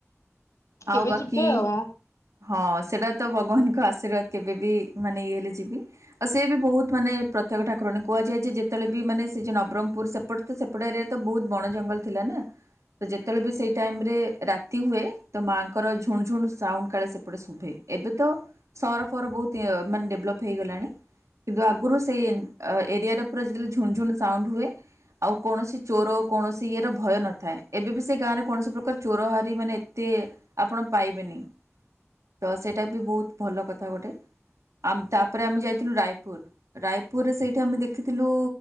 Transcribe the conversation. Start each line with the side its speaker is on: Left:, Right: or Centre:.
Right: ଆଉ
Left: କେବେ
Right: ବାକି
Left: ଯିବେ ଆ ଆଉ?
Right: ହଁ ସେଟା ତ ଭଗବାନଙ୍କ ଆଶୀର୍ବାଦ କେବେ ବି ମାନେ ଇଏ ହେଲେ ଯିବି ଆଉ ସିଏ ବି ବହୁତ ମାନେ ପ୍ରତ୍ ପ୍ରତ୍ୟକ୍ଷ ଠାକୁରାଣୀ, କୁହାଯାଏ ଯେ ଯେତେବେଳେ ବି ମାନେ ସେ ଯେ ନବରଙ୍ଗପୁର ସେପଟ୍ ତ ସେପଟ ଏରିଆ ତ ବହୁତ ବଣ ଜଙ୍ଗଲ ଥିଲା ନା, ତ ଯେତେବେଳେ ବି ସେଇ ଟାଇମରେ ରାତ୍ <inaudible> ହୁଏ ତ ମାଆଙ୍କର ଝୁଣଝୁଣ୍ ସାଉଣ୍ଡ୍ କାଳେ ସେପଟେ ଶୁଭେ ଏବେ ତ ସହରଫହର ବହୁତ୍ ଅ ମାନେ ଡେଭଲପ୍ ହେଇଗଲାଣି। କିନ୍ତୁ ଆଗରୁ ସେଇ ଏ ଏରିଆରେ ପୁରା ଯେତେବେଳେ ଝୁଣଝୁଣ୍ ସାଉଣ୍ଡ୍ ହୁଏ ଆଉ କୌଣସି ଚୋର କୌଣସି ଇଏର ଭୟ ନଥାଏ ଏବେ ବି ସେ ଗାଁଆରେ କୌଣସି ପ୍ରକାର ଚୋରହାରି ମାନେ ଏତେ ଆପଣ ପାଇବେନି, ତ ସେଟା ବି ବହୁତ ଭଲ କଥା ଗୋଟେ। ଆମ୍ ଆଉ ତାପରେ ଆମେ ଯାଇଥିଲୁ ରାୟପୁର, ରାୟପୁରରେ ସେଇଠି ଆମେ ଦେଖିଥିଲୁ